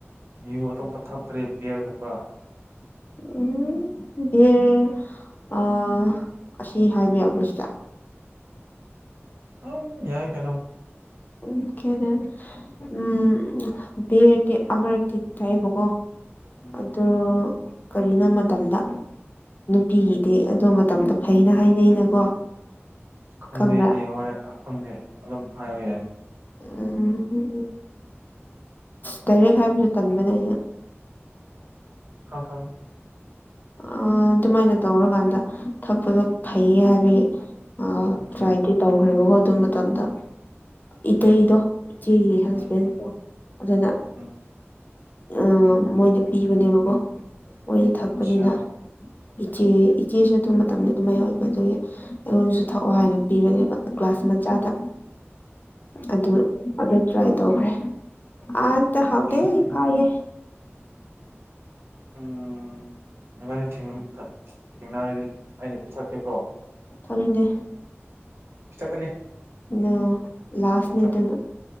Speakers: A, on the right; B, on the left.
A: ꯌꯨ ꯑꯇꯣꯞꯄ ꯊꯇ꯭ꯔꯦ ꯕꯤꯌꯔꯒꯨꯝꯕ
B: ꯎꯝ ꯌꯦꯦ ꯑ <inaudible> ꯁ ꯍꯥꯏ ꯑꯕꯁꯥ
A: ꯑ ꯌꯥꯏ ꯀꯩꯅꯣ
B: ꯎ ꯀꯦꯅꯦ ꯎꯝ ꯔꯗꯤ ꯑꯃꯔꯛꯇꯤ ꯇꯥꯏꯕꯀꯣ
A: ꯎꯝ
B: ꯑꯗꯣ ꯀꯔꯤꯅꯣ ꯃꯇꯝꯗ ꯅꯨꯄꯤꯒꯤꯗꯤ ꯑꯗꯨ ꯃꯇꯝꯗꯣ ꯐꯩꯅ ꯍꯥꯏꯅꯩꯅꯀꯣ
A: ꯈꯟꯗꯦꯗꯤ
B: ꯈꯪꯕ꯭ꯔꯥ
A: ꯍ ꯈꯟꯗꯦ ꯑꯞ ꯍꯥꯏꯥꯏ ꯑꯣꯏ ꯌꯥꯦ
B: ꯎꯝ ꯇꯔꯦ ꯍꯥꯏꯕꯁꯨ ꯇꯟꯕꯅꯦ ꯑꯩꯅ
A: ꯑ <unintelligible> <inaudible>
B: ꯑ ꯑꯗꯨꯃꯥꯏꯅ ꯇꯧꯔꯀꯥꯟꯗ ꯊꯛꯄꯗꯣ ꯐꯩꯌꯦ ꯍꯥꯏꯕꯒꯤ ꯑ
A: ꯎꯝ
B: ꯇ꯭ꯔꯥꯏꯗꯤ ꯇꯧꯈ꯭ꯔꯦꯕꯀꯣ ꯑꯗꯨ ꯃꯇꯝꯗ ꯏꯇꯩꯗꯣ
A: ꯎꯝ
B: ꯏꯆꯦꯒꯤ ꯍꯁꯕꯦꯟꯗꯣ
A: ꯎꯝ ꯎꯝ
B: ꯑꯗꯨꯅ
A: ꯎꯝ
B: ꯑ ꯃꯣꯏꯅ ꯄꯤꯕꯅꯦꯕꯀꯣ ꯃꯣꯏꯗꯤ ꯊꯛꯄꯅꯤꯅ
A: ꯑꯆꯥ
B: ꯏꯆꯦ ꯏꯆꯦꯁꯨ ꯑꯗꯨꯕ ꯃꯇꯝꯗ ꯑꯗꯨꯝꯥꯏꯌꯎꯋꯦꯕ ꯑꯗꯨꯒꯤ ꯑꯩꯉꯣꯟꯁꯨ ꯊꯛꯑꯣ ꯍꯥꯏꯅ ꯄꯤꯕꯅꯦꯕ ꯒ꯭ꯂꯥꯁ ꯃꯆꯥꯗ ꯑꯗꯨ ꯑꯗꯨ ꯇ꯭ꯔꯥꯏ ꯇꯧꯈ꯭ꯔꯦ ꯑꯠꯇ ꯍꯥꯎ
A: ꯑꯣꯀꯦ
B: ꯇ ꯀꯥꯏꯌꯦ
A: ꯎꯝ ꯏꯃꯅ ꯊꯦꯡꯅꯔꯗꯤ ꯑꯩꯅ ꯄꯤꯊꯛꯀꯦꯀꯣ
B: ꯊꯔꯗꯦ
A: ꯄꯤꯊꯛꯀꯅꯤ
B: ꯑ ꯂꯥꯁꯅꯦꯗꯅ
A: ꯊꯛ